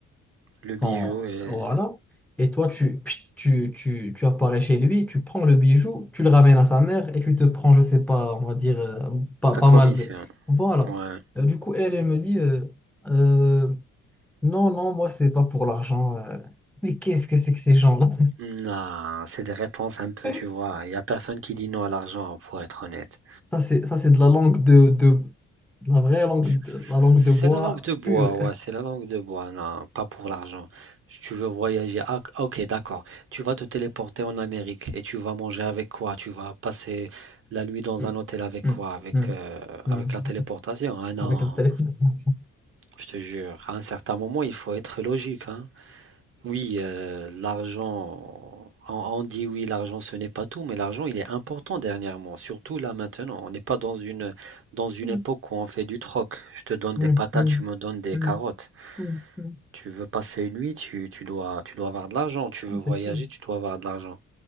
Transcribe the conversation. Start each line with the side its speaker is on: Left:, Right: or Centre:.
Right: le
Centre: sans-
Right: bijou et
Centre: Voilà. Et toi, tu, pchit, tu, tu, tu apparais chez lui, tu prends le bijou, tu le ramènes à sa mère et tu te prends, je sais pas, on va dire, euh, pas,
Right: ta
Centre: pas
Right: commission.
Centre: mal de... Voilà.
Right: Ouais.
Centre: Euh, du coup, elle, elle me dit, euh, Euh, non, non, moi, c'est pas pour l'argent. euh. <laughs> Mais qu'est-ce que c'est que ces gens-là?
Right: Non, c'est des réponses un peu,
Centre: <laughs>
Right: tu vois. Il n'y a personne qui dit non à l'argent, pour être honnête.
Centre: Ça, c'est, ça, c'est de la langue de, de, de la vraie langue
Right: C'est
Centre: de, la langue
Right: c'est
Centre: de bois
Right: la langue de bois,
Centre: pure.
Right: ouais, c'est la langue de bois, non, pas pour l'argent. Si Tu veux voyager, ah, ok, d'accord. Tu vas te téléporter en Amérique et tu vas manger avec quoi? Tu vas passer la nuit dans
Centre: <laughs>
Right: un hôtel avec
Centre: Mm,
Right: quoi?
Centre: mm,
Right: Avec,
Centre: mm,
Right: euh,
Centre: mm.
Right: avec la téléportation? Ah non,
Centre: Avec la téléportation.
Right: je te jure, à un certain moment, il faut être logique, hein. Oui, euh, l'argent, on, on dit oui, l'argent ce n'est pas tout, mais l'argent il est important dernièrement, surtout là maintenant. On n'est pas dans une, dans une
Centre: Mm,
Right: époque où on fait du troc. Je te donne
Centre: mm,
Right: des patates,
Centre: mm,
Right: tu me donnes des
Centre: mm,
Right: carottes.
Centre: mm, mm.
Right: Tu veux passer une nuit, tu, tu dois, tu dois avoir de l'argent. Tu veux voyager,
Centre: C'est sûr.
Right: tu dois avoir de l'argent.